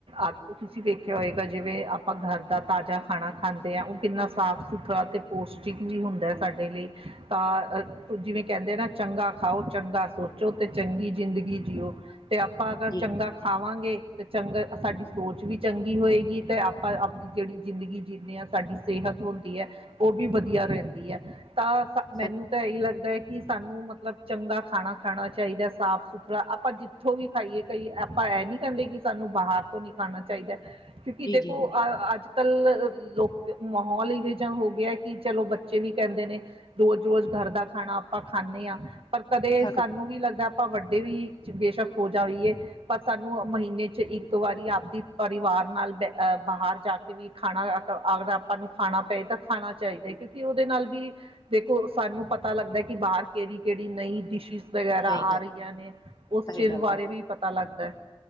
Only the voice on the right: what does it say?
ਅਪ ਤੁਸੀਂ ਦੇਖਿਆ ਹੋਏਗਾ ਜਿਵੇਂ ਅਪ ਆਪਾਂ ਘਰ ਦਾ ਤਾਜ਼ਾ ਖਾਣਾ ਖਾਂ ਤੇ ਉਹ ਕਿੰਨਾ ਸਾਫ਼ ਸੁਥਰਾ ਤੇ ਪੋਸ਼ਟਿਕ ਵੀ ਹੁੰਦਾ ਸਾਡੇ ਲਈ, ਤਾਂ ਜਿਵੇਂ ਕੈਂਦੇ ਨਾ, ਚੰਗਾ ਖਾਓ ਚੰਗਾ ਸੋਚੋ ਤੇ ਚੰਗੀ ਜ਼ਿੰਦਗੀ ਜੀਓ ਤੇ ਆਪਾਂ ਅਗਰ
ਚੰਗਾ ਖਾਵਾਂਗੇ, ਤੇ ਚੰਗਾ, ਸਾਡੀ ਸੋਚ ਵੀ ਚੰਗੀ ਹੋਏਗੀ ਤੇ ਆਪਾਂ ਆਪ ਜੇੜੀ ਜ਼ਿੰਦਗੀ ਜਿਣੇ ਆ ਸਾਡੀ ਸਿਹਤ ਹੁੰਦੀ ਹੈ, ਉਹ ਵੀ ਵਧੀਆ ਰਹਿੰਦੀ ਐ, ਤਾਂ ਮੈਨੂੰ
ਤਾਂ ਇਹੀ ਲੱਗਦਾ ਕਿ ਸਾਨੂੰ ਮਤਲਬ ਚੰਗਾ ਖਾਣਾ, ਖਾਣਾ ਚਾਹੀਦਾ ਸਾਫ- ਸੁਥਰਾ ਆਪਾਂ ਜਿ ਜਿੱਥੋਂ ਵੀ ਖਾਈਏ, ਕਈ ਆਪਾਂ ਐਹ ਨੀ ਕਹਿੰਦੇ ਕਿ ਸਾਨੂੰ ਬਾਹਰ ਤੋਂ ਨਹੀਂ ਖਾਣਾ ਚਾਹੀਦਾ ਕਿਉਂਕਿ
ਦੇਖੋ,
ਅਹ ਅੱਜ- ਕੱਲ ਲੋਕ ਮਾਹੌਲ ਇਵੇਂ ਜਾ ਹੋ ਗਿਆ, ਕਿ ਚਲੋ ਬੱਚੇ ਵੀ ਕੈਂਦੇ ਨੇ ਰੋਜ਼- ਰੋਜ਼ ਗਰ ਦਾ ਖਾਣਾ ਆਪਾਂ ਖਾਂਣੇ ਆਂ ਪਰ ਕਦੇ
ਸਾਨੂੰ ਵੀ ਲੱਗਦਾ ਆਪਾਂ ਵੱਡੇ ਵੀ, ਬੇਸ਼ੱਕ ਹੋ ਜਾਈਏ ਪਰ ਸਾਨੂੰ ਮਹੀਨੇ 'ਚ ਇੱਕ ਵਾਰੀ ਆਪਦੀ ਪਰਿਵਾਰ ਨਾਲ ਬੈ, ਬਾਹਰ ਜਾ ਕੇ ਵੀ ਖਾਣਾ ਆ ਆਗਦਾ ਨੂੰ ਖਾਣਾ ਪਏ ਤਾਂ ਖਾਣਾ ਚਾਈਦਾ, ਕਿਉਂਕਿ ਉਹਦੇ ਨਾਲ ਵੀ ਦੇਖੋ ਸਾਨੂੰ ਪਤਾ ਲੱਗਦਾ ਕਿ ਬਾਹਰ ਕੇੜੀ- ਕੇੜੀ ਨਈਂ ਡਿਸ਼ਿਜਸ ਵਗੈਰਾ
ਆ ਰਹੀਆਂ ਨੇ, ਉਸ ਚੀਜ਼
ਬਾਰੇ ਵੀ ਪਤਾ ਲੱਗਦਾ